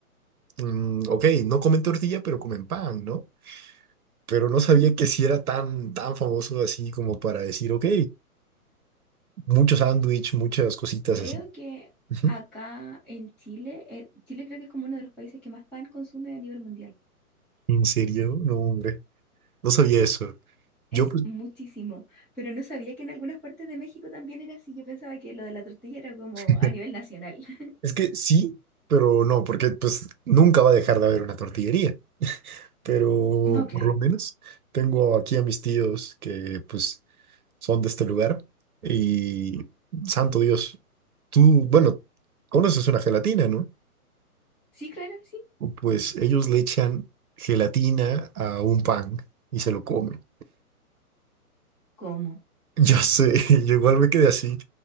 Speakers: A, on the right; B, in the centre.
A: mm, ok, no comen tortilla, pero comen pan, ¿no? Pero no sabía que si era tan, tan famoso así como para decir, ok, mucho sándwich, muchas cositas
B: creo
A: así.
B: que
A: Ujú.
B: acá en Chile, eh, Chile creo que es como uno de los países que más pan consume a nivel mundial.
A: ¿En serio? No, hombre, no sabía eso. Yo
B: Es
A: pues
B: muchísimo, pero no sabía que en algunas partes de México también era así. Yo pensaba que lo de la tortilla era como
A: <laughs>
B: a nivel nacional. <laughs>
A: Es que sí, pero no, porque pues nunca va a dejar de haber una tortillería. Pero
B: No, claro.
A: por lo menos tengo aquí a mis tíos que pues son de este lugar y santo Dios, tú, bueno, conoces una gelatina, ¿no?
B: Sí, claro, sí.
A: Pues ellos le echan gelatina a un pan y se lo comen.
B: ¿Cómo?
A: Yo sé, <laughs> yo igual me quedé así.